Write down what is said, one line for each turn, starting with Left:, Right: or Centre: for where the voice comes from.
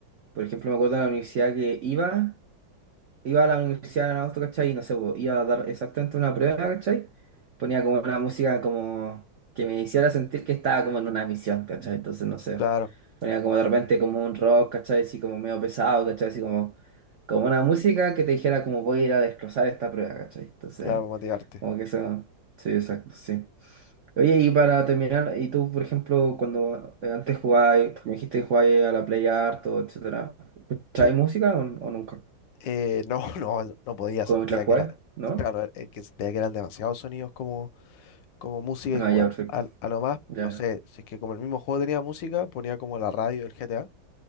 Right: por ejemplo, me acuerdo de la universidad que iba. iba a la universidad en agosto, ¿cachai? Y no sé, po, iba a dar exactamente una prueba, ¿cachai? Ponía como una música como que me hiciera sentir que estaba como en una misión, ¿cachai? Entonces, no sé,
Left: Claro,
Right: ponía como de repente como un rock, ¿cachai? Así como medio pesado, ¿cachai? Así como, como una música que te dijera como voy a ir a destrozar esta prueba, ¿cachai? Entonces,
Left: claro, motivarte.
Right: como que eso, sí, exacto, sí. Oye, y para terminar, y tú, por ejemplo, cuando eh, antes jugabas, me dijiste que jugabas a la Play harto, etcétera, ¿escuchabas
Left: Sí.
Right: música o, o nunca?
Left: Eh, no, <laughs> no, no podía,
Right: ¿Cómo
Left: sentía
Right: la jugabas?
Left: que era,
Right: ¿No?
Left: claro, er- eh, que sentía que eran demasiados sonidos como, como música
Right: Ah,
Left: y jugar.
Right: ya, perfecto.
Left: Al- A, lo más,
Right: Ya.
Left: no sé, si es que como el mismo juego tenía música, ponía como la radio del GTA,